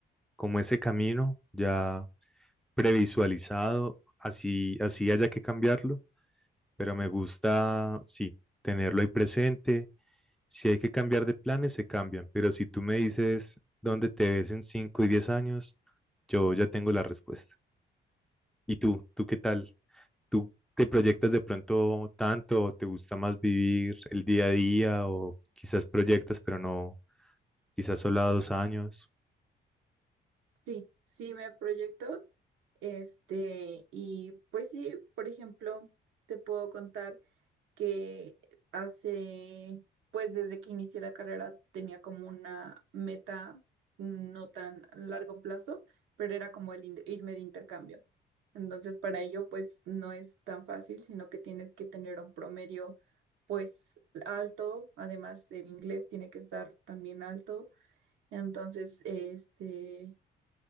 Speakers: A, in the centre; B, on the right.
A: como ese camino ya previsualizado, así, así haya que cambiarlo pero me gusta, sí, tenerlo ahí presente. Si hay que cambiar de planes, se cambian, pero si tú me dices dónde te ves en 5 y 10 años, yo ya tengo la respuesta. ¿Y tú? ¿Tú qué tal? ¿Tú te proyectas de pronto tanto o te gusta más vivir el día a día o quizás proyectas, pero no, quizás solo a dos años?
B: Sí, sí me proyecto. Este, y pues sí, por ejemplo, te puedo contar. que hace, pues desde que inicié la carrera tenía como una meta no tan largo plazo, pero era como el in- irme de intercambio. Entonces, para ello, pues no es tan fácil, sino que tienes que tener un promedio, pues alto, además el inglés tiene que estar también alto. Entonces, este,